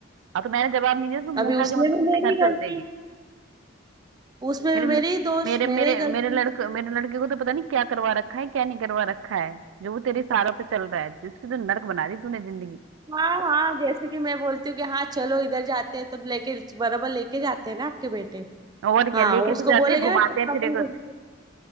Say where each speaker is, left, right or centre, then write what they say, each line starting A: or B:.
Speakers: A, on the right; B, on the right.
A: हाँ तो मैंने जवाब नहीं दिया तो मुंह
B: अभी
A: उठा
B: उसमें
A: के मतलब
B: भी
A: अपने
B: मेरी
A: घर
B: गलती
A: चल देगी
B: उसमें
A: मेरे
B: भी मेरी
A: ल-
B: दोष
A: मेरे
B: मेरे
A: मेरे
B: ही गलती
A: मेरे लड़के मेरे लड़के को तो पता नहीं क्या करवा रखा है क्या नहीं करवा रखा है जो वो तेरे सारों पे चल रहा है जिसकी तो नर्क बना दी तूने जिंदगी
B: हाँ हाँ जैसे कि मैं बोलती हूँ कि हाँ चलो इधर जाते हैं तो लेके बराबर लेके जाते हैं ना आपके बेटे
A: और क्या
B: हाँ
A: लेके
B: उसको
A: तो जाते
B: बोलेंगे
A: हैं घुमाते
B: ना चलो
A: हैं फिर
B: अपन
A: एक
B: घूमते हैं।